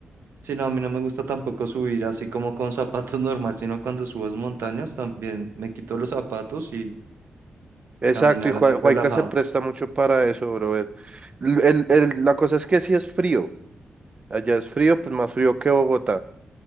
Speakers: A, on the right (about 75°); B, on the right (about 30°).
A: Sí, no, a mí no me gusta tampoco subir así como con zapatos <laughs> normal, sino cuando subes montañas también me quito los zapatos y
B: Exacto,
A: caminar
B: y Hua-
A: así relajado.
B: Huayca se presta mucho para eso, brother. L- el- el- la cosa es que si es frío, allá es frío, pues más frío que Bogotá.